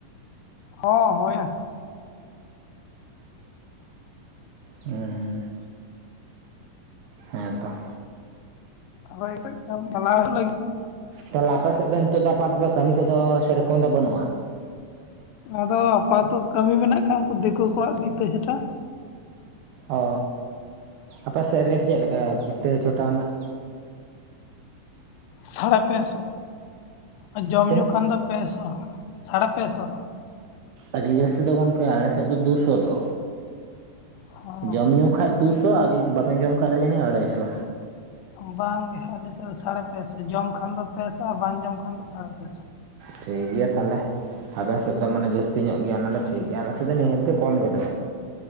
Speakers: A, on the left; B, on the right.
A: ᱦᱚᱸ ᱦᱳᱭᱟ᱾
B: ᱦᱩᱸ᱾ ᱦᱮᱸ ᱛᱚ
A: ᱦᱳᱭ ᱠᱟᱹᱡ ᱠᱟᱢᱤ ᱪᱟᱞᱟᱣ ᱦᱩᱭᱩᱜ ᱞᱟᱜᱤᱫ᱾
B: ᱛᱟᱦᱚᱞᱮ ᱟᱯᱮ ᱥᱮᱫ ᱫᱚ ᱱᱤᱛᱚᱜ ᱫᱚ ᱟᱯᱟᱛᱚᱛᱚ ᱠᱟᱹᱢᱤ ᱠᱚᱫᱚ ᱥᱮᱨᱚᱠᱚᱢ ᱫᱚ ᱵᱟᱹᱱᱩᱜᱼᱟ᱾
A: ᱟᱫᱚ ᱟᱯᱟᱛᱚᱛᱚ ᱠᱟᱹᱢᱤ ᱢᱮᱱᱟᱜ ᱠᱷᱟᱱ ᱩᱱᱠᱩ ᱫᱮᱠᱳ ᱠᱚᱣᱟᱜ ᱤᱛᱟᱹ ᱡᱷᱟᱴᱟ᱾
B: ᱚ ᱟᱯᱮ ᱥᱮᱫ ᱨᱮᱴ ᱪᱮᱫ ᱞᱮᱠᱟ ᱵᱷᱤᱛᱟᱹ ᱪᱚᱴᱟ ᱣᱟᱱᱟᱜ
A: ᱥᱟᱲᱮ ᱯᱮ ᱥᱚ, ᱟᱨ ᱡᱚᱢ
B: ᱛᱤᱱᱟᱹᱜ?
A: ᱧᱩᱩ ᱠᱷᱟᱱ ᱫᱚ ᱯᱮ ᱥᱚ ᱥᱟᱲᱮ ᱯᱮ ᱥᱚ
B: ᱟᱹᱰᱤ ᱡᱟᱹᱥᱛᱤ ᱫᱚ ᱜᱚᱝᱠᱮ ᱟᱞᱮ ᱥᱮᱫ ᱫᱚ ᱫᱩ ᱥᱚ ᱫᱚ
A: ᱦᱚᱸ
B: ᱡᱚᱢ ᱧᱩ ᱠᱷᱟᱡ ᱫᱩᱥᱚ ᱟᱨ ᱡᱩᱫᱤ ᱵᱟᱵᱮᱱ ᱡᱚᱢ ᱠᱷᱟᱡ ᱫᱚ ᱡᱟᱹᱱᱤᱡ ᱟᱲᱟᱭᱥᱚ᱾
A: ᱵᱟᱝᱜᱮ ᱟᱞᱮ ᱥᱮᱫ ᱫᱚ ᱥᱟᱲᱮ ᱯᱮ ᱥᱚ ᱡᱚᱢ ᱠᱷᱟᱱ ᱫᱚ ᱯᱮ ᱥᱚ ᱟᱨ ᱵᱟᱝ ᱡᱚᱢ ᱠᱷᱟᱱ ᱫᱚ ᱥᱟᱲᱮ ᱯᱮ ᱥᱚ
B: ᱴᱷᱤᱠ ᱜᱮᱭᱟ ᱛᱟᱦᱚᱞᱮ᱾ ᱟᱵᱮᱱ ᱥᱮᱫ ᱫᱚ ᱢᱟᱱᱮ ᱡᱟᱹᱥᱛᱤ ᱧᱚᱜ ᱜᱮᱭᱟ ᱚᱱᱟ ᱫᱚ ᱴᱷᱤᱠ ᱜᱮᱭᱟ ᱟᱞᱮ ᱥᱮᱫ ᱫᱚ ᱱᱤᱦᱟᱹᱛ ᱜᱮ ᱠᱚᱢ ᱜᱮᱫᱚ